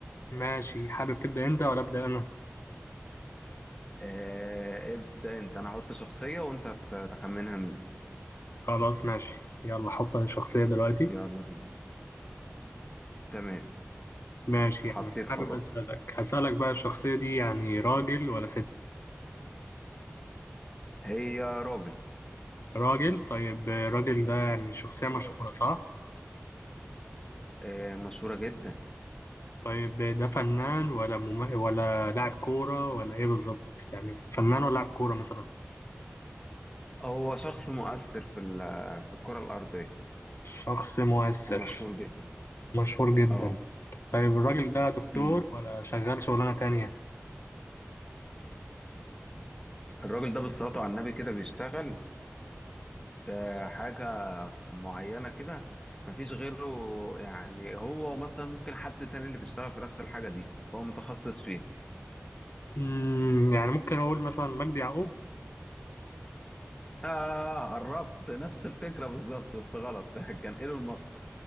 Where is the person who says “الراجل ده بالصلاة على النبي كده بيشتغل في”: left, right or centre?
Left